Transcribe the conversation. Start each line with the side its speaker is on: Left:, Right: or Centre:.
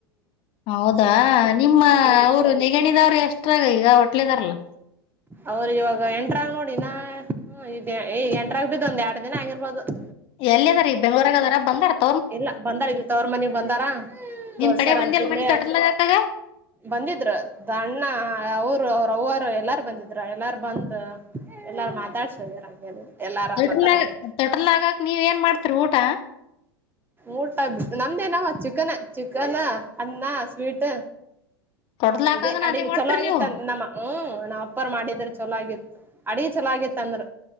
Left: ಹೌದಾ, ನಿಮ್ಮ,
Right: ಹ್ಮ್
Left: ಅವರು ನೆಗಣಿದವರು. <inaudible> ಇಷ್ಟರ, ಈಗ, ಒಟ್ಲದಾರಲ್ಲ? <inaudible>
Right: ಅವ್ರ, ಇವಾಗ ಎಂಟ್ರಾಗ, ನೋಡು, ಇನ್ನ, ಈಗ ಎಂಟರಾಗ, ಬಿದ್ದ ಒಂದು ಎರಡ್ ದಿನ ಆಗಿರ್ಬೋದು? <inaudible>
Left: ಎಲ್ಲಿದ್ದಾರೆ, ಬೆಂಗಳೂರಾಗ, ಅದಾರ, ಬಂದಾರ? <inaudible>
Right: ಇಲ್ಲ ಬಂದಾರ ಇಲ್ಲ ತವರು ಮನಗ್ ಬಂದಾರ
Left: ನಿನ್
Right: ತೋರ್ಸ್ಯಾರ
Left: ಕಡೆ ಬಂದಿಲ್
Right: ಅಂತ ಇಲ್ಲೇ
Left: ಮನಿ ತೊಟಲ್ದಾಗ ಹಾಕಾಗ
Right: ಬಂದಿದ್ರು ದ ಅಣ್ಣ ಅವ್ರು ಅವ್ರ ಅವ್ವರು ಎಲ್ಲಾರು ಬಂದಿದ್ರ ಎಲ್ಲಾರು ಬಂದ್ ಎಲ್ಲಾರು ಮಾತಾಡ್ಸಾರಂಗ ಎಲ್ಲಾರ
Left: ತೊಟಲ್ದಾಗ
Right: ಮಾತಾರ ಅವರು
Left: ತೊಟಲ್ ಹಾಕಕ್ ನೀವ್ ಏನ್ ಮಾಡ್ತಿರಿ ಊಟ
Right: ಊಟ ನಮ್ದೇನಾವ ಚಿಕನ್ ಚಿಕನ್ ಅನ್ನ ಸ್ವೀಟ್
Left: ತೊಟಲ್ ಹಾಕಾಗನ
Right: ಇದೇ ಅಡಿಗೆ
Left: ಅದೇ ಮಾಡ್ತಿರಿ
Right: ಚಲೋ ಆಗಿತ್ತ
Left: ನೀವು
Right: ನಮ್ಮ ಹಹೂ ನಾವ್ ಅಪ್ಪಾರ ಮಾಡಿದ್ರ ಚಲಾಗಿತ್ತು ಅಡಿ ಚಲಾಗಿತ್ತ ಅಂದ್ರ